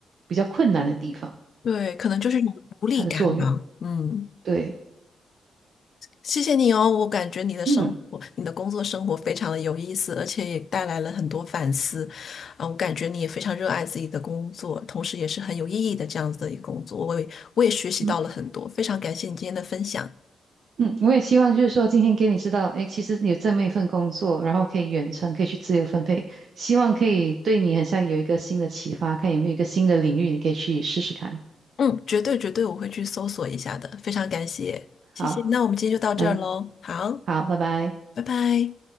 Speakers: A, on the right; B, on the left.
A: 比较困难的地方，
B: 对，可能就是一种无力感吧，
A: 它的作用。
B: 嗯，
A: 对，
B: 谢谢你哦，我感觉你的生活，
A: 嗯
B: 你的工作生活非常的有意思，而且也带来了很多反思，啊，我感觉你也非常热爱自己的工作，同时也是很有意义的这样子的一个工作，我也我也学习到了很多，
A: 嗯
B: 非常感谢你今天的分享。
A: 嗯，我也希望就是说今天给你知道，哎，其实有这么一份工作，然后可以远程，可以去自由分配，希望可以对你很像有一个新的启发，看有没有一个新的领域你可以去试试看。
B: 嗯，绝对绝对我会去搜索一下的，非常感谢，谢谢。
A: 好，
B: 那我们今天就到这儿喽，
A: 嗯，
B: 好，
A: 好，拜拜。
B: 拜拜。